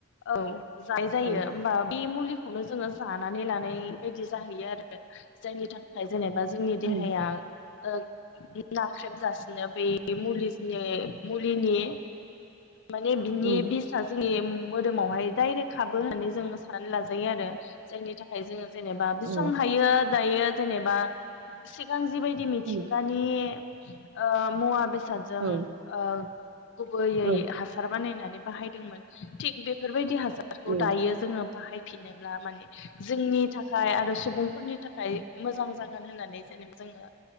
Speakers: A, on the left; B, on the right.
A: औ जाय जायो
B: हाबो
A: होमबा बे मुलिखौ खौनो जोंङो जानानै लानाय बायदि जाहैयो आरो जायनि थाखाय जेनेबा जोंनि देहाया
B: उम
A: ओं ना नाख्रेबजासिनो बै मुलि बे मुलिनि माने बिनि
B: उम
A: बिसआ जोंनि मोदोमावहाय डाइरेक्ट हाबो होननानै जों साननानै लाजायो आरो जायनि थाखाय जोंङो जेनेबा बेसां
B: औ
A: हायो जायो जेनेबा सिगां जि बाय बायदि मिथिंगानि
B: उम
A: ओ मुवा बेसाद जों
B: औ
A: ओ गुबैयै
B: औ
A: हासार बानायनानै बाहायदोंमोन थिग बेफोरबायदि हास सारखौ
B: औ
A: दायो जोङो बाहाय फिनोब्ला माने जोंनि नि थाखाय आरो सुबुंफोरनि थाखाय खाय मोजां जा गोन होननानै जेनेबा जोङो